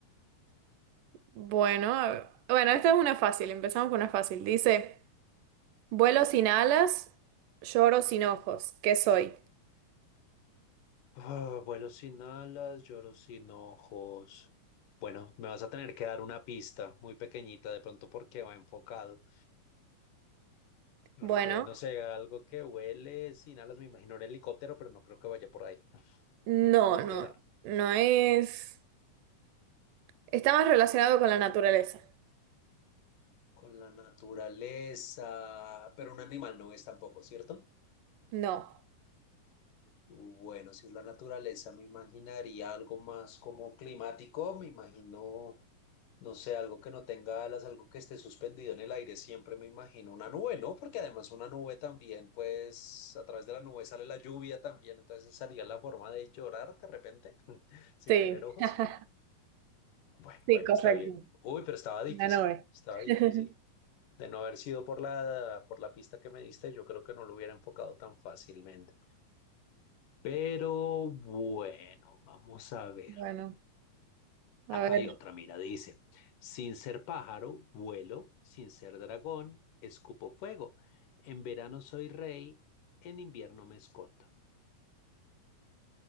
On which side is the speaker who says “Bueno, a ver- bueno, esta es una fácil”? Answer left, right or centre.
Right